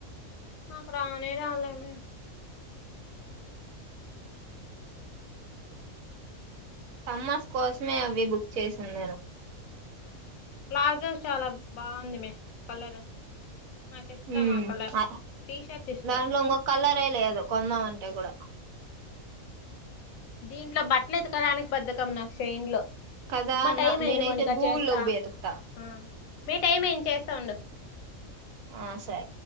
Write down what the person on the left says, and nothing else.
నాకు రానే రాలమే
ప్లాజా చాలా బాగుంది మే కలర్ నాకు ఇష్టం
ఆ కలర్
టీ షర్ట్ ఇష్టం
దీంట్లో బట్టలు ఎతకడానికి బద్దకం నాకుశైన్లో
ఉమ్మా టైం అయింది
మోనికా
చేస్తా
హా మే టైం ఏంది చేస్తా ఉండు